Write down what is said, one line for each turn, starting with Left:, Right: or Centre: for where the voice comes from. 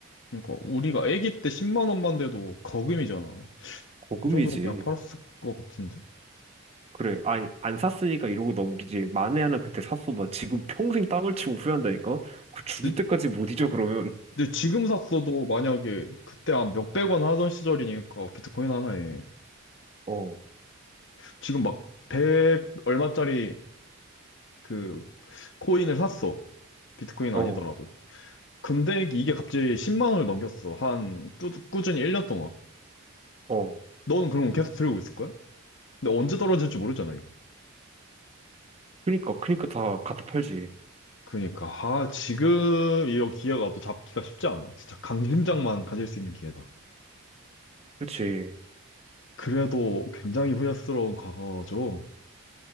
Left: 그러니까 우리가 아기 때 10만 원만 돼도 거금이잖아.
Right: 고금이지.
Left: 그 정도면 그냥 팔았을 것 같은데.
Right: 그래. 아니, 안 샀으니까 이러고 넘기지. 만에 하나 그때 샀어. 봐. 지금 평생 땅을 치고 후회한다니까? 그 죽을
Left: 근데,
Right: 때까지 못 잊어, 그러면.
Left: 근데 지금 샀어도 만약에 그때 한 몇백 원 하던 시절이니까 비트코인 하나에
Right: 어,
Left: 지금 막 100 얼마짜리 그 코인을 샀어. 비트코인
Right: 어,
Left: 아니더라도. 근데 이게 갑자기 10만 원을 넘겼어. 한, 뚜, 꾸준히 1년 동안.
Right: 어.
Left: 넌 그럼 계속 들고 있을 거야? 근데 언제 떨어질지 모르잖아, 이거.
Right: 그니까, 그니까 다 갖다 팔지.
Left: 그러니까, 아, 지금 이런 기회가 또 잡기가 쉽지 않아. 진짜 강심장만 가질 수 있는 기회다.
Right: 그치.
Left: 그래도 굉장히 후회스러운 과거죠.